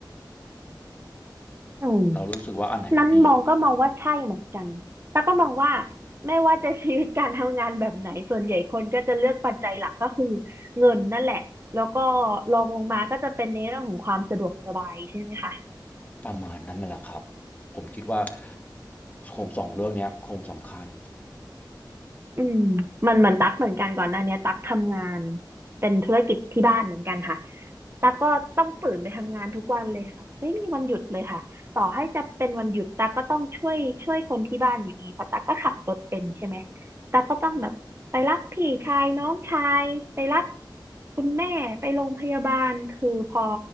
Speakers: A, on the right (about 35°); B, on the left (about 20°).
A: อืม
B: เรารู้สึกว่าอันไหนมันดีกว่าเรา
A: นั้นมองก็มองว่าใช่เหมือนกันแต่ก็มองว่าไม่ว่าจะชีวิตการทำงานแบบไหนส่วนใหญ่คนก็จะเลือกปัจจัยหลักก็คือเงินนั่นแหละแล้วก็รองลงมาก็จะเป็นในเรื่องของความสะดวกสบายใช่ไหมคะ
B: ประมาณนั้นน่ะแหละครับผมคิดว่าโครงสองเรื่องเนี้ยโครงสำคัญ
A: อืมมันเหมือนตั๊กเหมือนกันก่อนหน้าเนี้ยตั๊กทำงานเป็นธุรกิจที่บ้านเหมือนกันค่ะ ตาก็ต้องตื่นไปทำงานทุกวันเลยค่ะไม่มีวันหยุดเลยค่ะต่อให้จะเป็นวันหยุดตาก็ต้องช่วยช่วยคนที่บ้านอยู่ดีเพราะตาก็ขับรถเป็นใช่ไหมตาก็ต้องแบบไปรับพี่ชายน้องชายไปรับคุณแม่ไปโรงพยาบาลคือพอ